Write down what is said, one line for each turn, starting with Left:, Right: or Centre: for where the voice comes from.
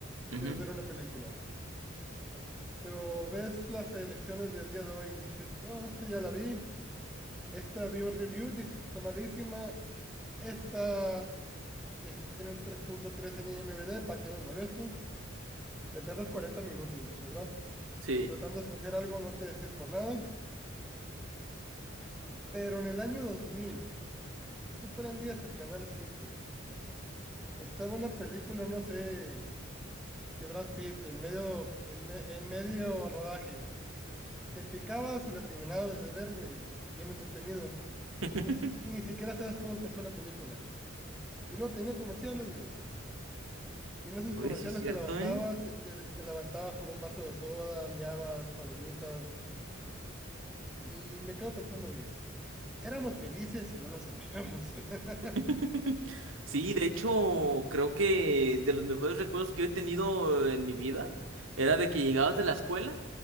Right: Ujú,
Centre: quieres ver una película, pero ves las elecciones del día de hoy y dices, no, esta ya la vi, Esta vi un review, dice que está malísima. Esta es- tiene un tres punto tres en IMDb, ¿para qué me molesto? Te tardas 40 minutos, ¿verdad?
Right: Sí.
Centre: Eh, tratando de escoger algo no te decías por nada. Pero en el año 2000, tú prendías el canal cinco. güey. Estaba una película, no sé, de Brad Pitt en medio, en, me- en medio rodaje. Te picabas y la terminabas de ver, güey. Bien entretenido.
Right: <laughs>
Centre: Ni si- y ni siquiera sabes cómo empezó la película. Y luego tenía comerciales, güey. Y en esos
Right: Oye,
Centre: comerciales
Right: sí es cierto,
Centre: te levantabas,
Right: ¿eh?
Centre: eh, te, te levantabas por un vaso de soda, miabas, palomitas. Y me quedo pensando, güey, éramos felices y no lo sabíamos. <laughs>
Right: <laughs> Sí, de hecho, creo que de los mejores recuerdos que yo he tenido en mi vida era de que llegabas de la escuela,